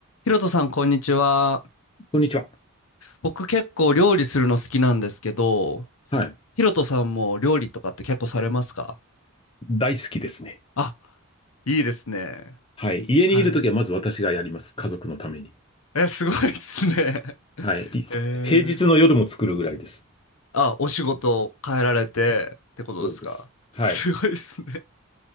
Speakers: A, on the left; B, on the left.
A: ひろとさん、こんにちは。
B: こんにちは。
A: 僕結構料理するの好きなんですけど、
B: はい。
A: ひろとさんも料理とかって結構されますか
B: 大好きですね。
A: あ、いいですね。
B: はい。家にいるときはまず私がやります。
A: はい。
B: 家族のために。
A: え、すごいっすね。<laughs>
B: はい。い平日の夜も作るぐらいです。
A: えー、あ、お仕事変えられてってことですかすごいっすね。
B: そうです。はい。